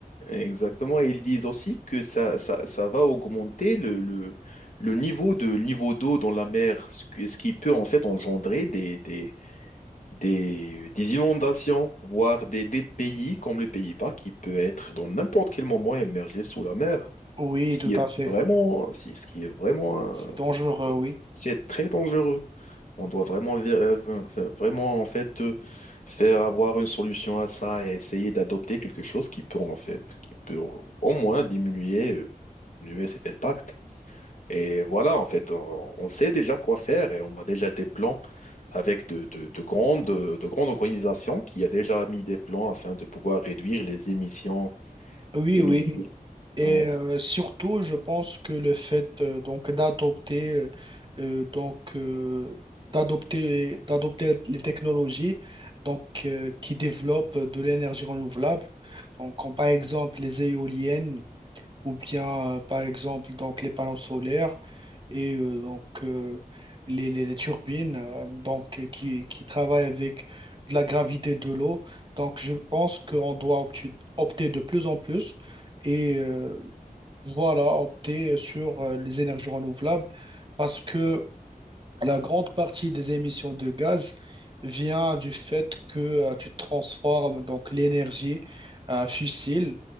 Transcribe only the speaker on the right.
Oui,
tout
à fait.
C'est dangereux, oui.
Oui,
oui. Et
euh, surtout, je pense que le fait euh, donc d'adopter euh, euh, donc euh, d'adopter d'adopter les technologies donc euh, qui développent de l'énergie renouvelable. Donc, comme par exemple les éoliennes. ou bien euh, par exemple donc les panneaux solaires et euh, donc euh, les, les- les turbines euh, donc euh, qui, qui travaillent avec de la gravité de l'eau. Donc je pense qu'on doit optu- opter de plus en plus et euh, voilà opter sur euh, les énergies renouvelables parce que la grande partie des émissions de gaz vient du fait que euh, tu transformes donc l'énergie euh, fossile